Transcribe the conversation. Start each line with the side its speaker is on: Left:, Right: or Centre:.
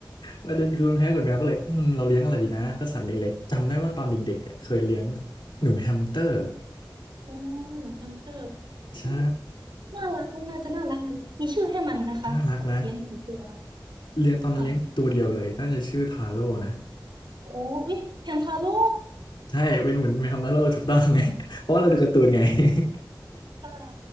Left: ประเด็นคือมันแพ้ขนแมวก็เลยอืมเราเลี้ยงอะไรดีนะก็สัตว์เล็กๆจำได้ว่าตอนเด็กๆเนี่ยเคยเลี้ยงหนูแฮมสเตอร์
Right: อ๋อหนูแฮมสเตอร์
Left: ใช่
Right: อุ้ยน่ารักน่าจะน่ารักเลยมีชื่อให้มันไหมคะแบบเลี้ยงกี่ตัว
Left: น่ารักนะเลี้ยงตอนนั้นเลี้ยงตัวเดียวเลยน่าจะชื่อทาโร่นะ
Right: ค่ะโอ้อุ้ยแฮมทาโร่
Left: ใช่เป็นเหมือนแมวทาโร่ถูกต้องไง <laughs> เพราะว่าเราดูการ์ตูนไง <laughs>
Right: ค่ะ